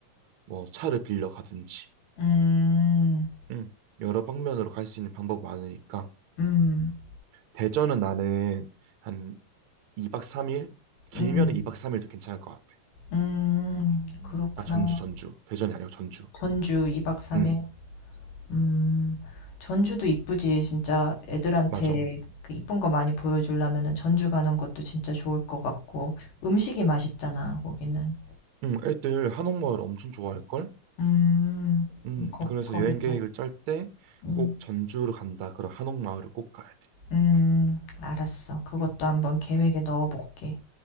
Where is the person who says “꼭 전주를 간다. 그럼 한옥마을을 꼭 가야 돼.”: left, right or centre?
Right